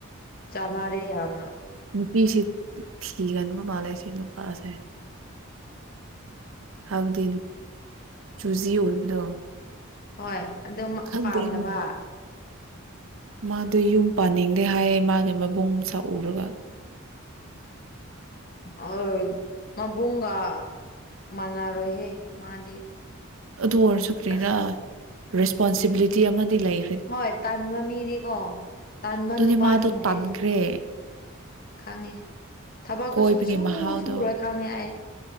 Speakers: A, on the left (about 45°); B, on the right (about 65°).
A: ꯆꯥꯟꯅꯔꯦ ꯌꯥꯝꯅ
B: ꯅꯨꯄꯤꯁꯤ ꯊꯤꯒꯟꯕ ꯃꯥꯜꯂꯦ ꯁꯤ ꯅꯨꯄꯥꯁꯦ
A: <inaudible>
B: ꯍꯥꯏꯕꯗꯤ ꯆꯨꯖꯤ ꯑꯣꯏꯕꯗꯣ
A: ꯍꯣꯏ ꯑꯗꯨꯃꯛ
B: ꯈꯪꯗꯦ
A: ꯄꯥꯝꯗꯕ
B: ꯃꯥꯗꯨ
A: ꯎꯝ
B: ꯌꯨꯝ ꯄꯥꯅꯤꯡꯗꯦ ꯍꯥꯏꯌꯦ ꯃꯥꯒꯤ ꯃꯕꯨꯡ ꯁꯥ ꯎꯔꯒ
A: ꯑꯥ ꯃꯕꯨꯡꯒ ꯃꯥꯟꯅꯔꯣꯏꯍꯦ ꯃꯥꯗꯤ
B: ꯑꯗꯨ ꯑꯣꯏꯔꯁꯨ ꯀꯔꯤꯔ
A: ꯑꯁ
B: ꯔꯦꯁꯄꯣꯟꯁꯤꯕꯤꯂꯤꯇꯤ ꯑꯃꯗꯤ ꯂꯩ
A: ꯍꯣꯏ ꯇꯥꯟꯕ ꯃꯤꯗꯤꯀꯣ ꯇꯥꯟꯕ
B: ꯑꯗꯨꯅꯤ
A: ꯅꯨꯄꯥꯁꯤꯡꯁꯦ
B: ꯃꯥꯗꯣ ꯇꯟꯈ꯭ꯔꯦ
A: ꯈꯪꯉꯦ ꯊꯕꯛꯁꯨ
B: ꯀꯣꯏꯕꯒꯤ
A: ꯁꯨꯛꯁꯨ
B: ꯃꯍꯥꯎꯗꯣ
A: ꯁꯨꯔꯣꯏ ꯈꯪꯉꯦ ꯑꯩ